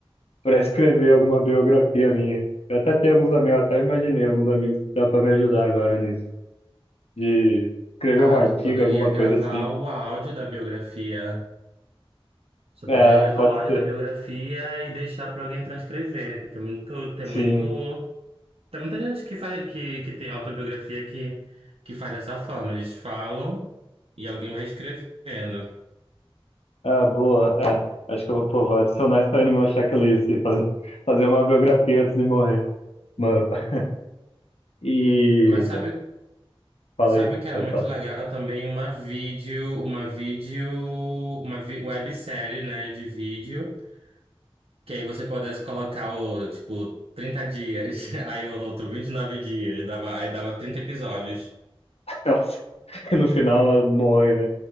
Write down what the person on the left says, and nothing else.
para escrever alguma biografia minha. Eu até tenho alguns amigos, até imaginei alguns amigos que dá para me ajudar agora nisso, de escrever
um artigo,
alguma
coisa assim.
É,
pode
ser.
Sim.
Ah, boa. É, acho que eu vou, pô, vou adicionar isso aí no meu checklist, fazer, fazer uma biografia antes de morrer. Mano, <laughs> e
falei,
pode
falar.
Nossa, <laughs> no final morre, né?